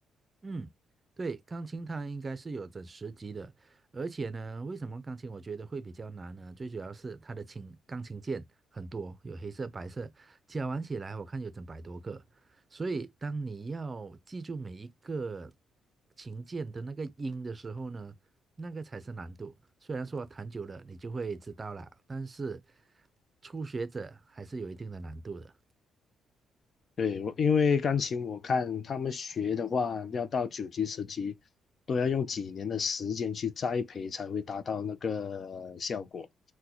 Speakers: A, on the right (about 25°); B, on the left (about 50°).
A: 嗯，对，钢琴它应该是有整十级的，而且呢，为什么钢琴我觉得会比较难呢？最主要是它的琴钢琴键很多，有黑色、白色，加完起来我看有整百多个，所以当你要记住每一个琴键的那个音的时候呢，那个才是难度。虽然说弹久了你就会知道啦，但是初学者还是有一定的难度的。
B: 对，我因为钢琴我看他们学的话，要到九级、十级，都要用几年的时间去栽培才会达到那个效果。